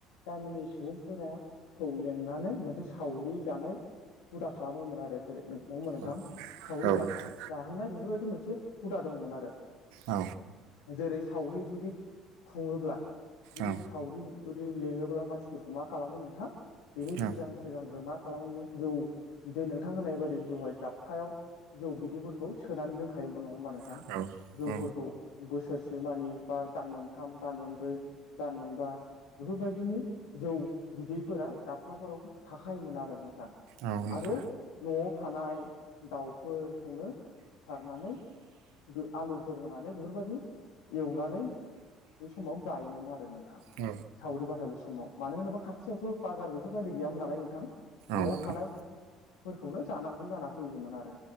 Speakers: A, on the left; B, on the right.
A: गामिनि सुबुंफोराखौ लेंनानै मोनसे सावरि जानाय हुदा खालामोमोन आरो जेरै नों नङा होमबा नोंथां
B: औ
A: सावरि
B: औ नोंथां
A: जायो जाहोनाय बेफोरबायदि मोनसे हुदा दंमोन आरो
B: औ
A: जेरै सावरि जुदि खुङोब्ला जुदि
B: औ
A: सावरि जुदि लेङोब्ला मानसिफोरखौ मा खालामो नोंथां बेनि
B: औ
A: सिगां सिगांग्रो मा खालामोमोन जौ बिदै नोंथां होननाय बायदि दहाय दाबखायाव जौ बिदैफोरखौ सोनानै दोनखायोमोन नङा होमबा नोंथां?
B: औ
A: जौफोरखौ बोसोरसे मानि बा दान मोनथाम दान मोनब्रै दान मोनबा बेफोरबायदिनो जौ बिदैफोरा दाब खाफोराव थाखायोमोन आरो नोंथां
B: औ नोंथां औ नोंथां औ नोंथां
A: आरो न'आव थानाय दाउफोरखौनो सिथारनानै आलुफोर होनानै बेफोरबायदि एवनानै बै समाव जायोमोन आरो नों थां
B: औ
A: सावरि बादालि समाव मानो होनोबा खाथियावथ' बाजार बेफोरबायदि गैयामोन नालाय नों न'आव
B: औ नोंथां
A: थानायफोरखौनो
B: औ
A: जानांगौ जाना फैयोमोन आरो